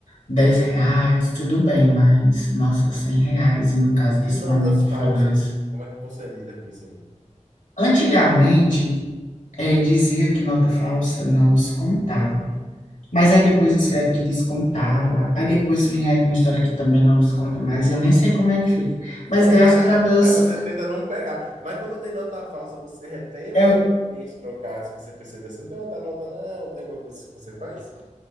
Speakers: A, on the left; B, on the right.
A: 10 reais, tudo bem, mas nossa, 100 reais. E no caso
B: E
A: desse
B: notas
A: meu amigo que
B: falsas,
A: foi dois.
B: como é que você lida com isso aí?
A: Antigamente, É, dizia que nota falsa não descontava. Mas aí depois disseram que descontava. Aí depois vieram com história que também não desconta mais. Eu nem sei como é que fica.
B: <laughs>
A: Mas graças a Deus,
B: Aí você tenta não pegar, mas quando tem nota falsa, você retém ou
A: eu,
B: pede para o cliente trocar, se você perceber assim, não tem outra nota não, tem alguma coisa que você faz?